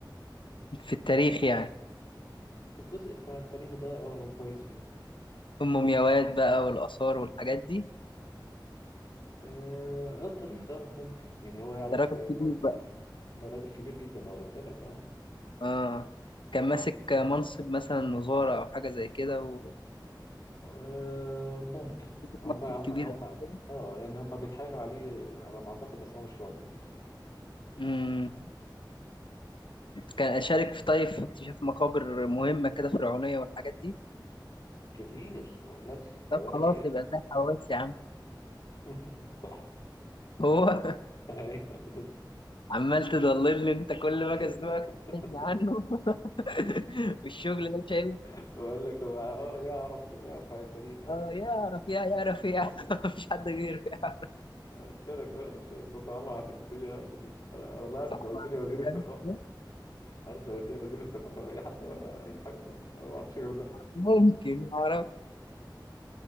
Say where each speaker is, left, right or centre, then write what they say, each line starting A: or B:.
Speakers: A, on the left (about 85°); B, on the left (about 45°).
A: في التاريخ يعني
B: في الجزء بتاع التاريخ ده اه هو كويس فيه
A: ام مومياوات بقى والاثار والحاجات دي
B: اه آه، التاريخ اه ممكن يعني هو يعرف
A: ده راجل
B: شوية
A: كبير
B: برضه
A: بقى
B: يعرف ده راجل كبير جدا ما قلت لك اهو
A: اه كان ماسك منصب مثلا وزارة او حاجة زي كده ومسك
B: آه، ممكن هما
A: منصب
B: هما
A: كبير
B: هما
A: قبل كده
B: اه يعني هما بيتحايلوا عليه على ما أعتقد بس هو مش راضي يعني
A: مم. كان اشارك في طيب في اكتشاف مقابر مهمة كده فرعونية والحاجات دي
B: كتير ما اقولكش ده
A: طب
B: بقولك
A: خلاص
B: ايه
A: يبقى ده حواس يا عم
B: <laughs> صح
A: هو
B: ايوه
A: عمال تضللني انت كل
B: <laughs>
A: ما اجي ازنقك تبعدني عنه <laughs> والشغل ده مش عيب
B: بقول لك هو اه يعرف يعرف عن التاريخ آه.
A: اه يعرف يا يعرف يا <laughs> مفيش حد غيره يعرف
B: قلت لك آه، مش مش صعبة عليك الدنيا لا لذيذة أنا والله عارف
A: صعب
B: لو قلت
A: عليا
B: لي وزير الثقافة
A: انت بس
B: عارف لو قلت لي وزير الثقافة لأي حد ولا أي حاجة خالص أنا ما بعرفش غير ده
A: ممكن ما اعرف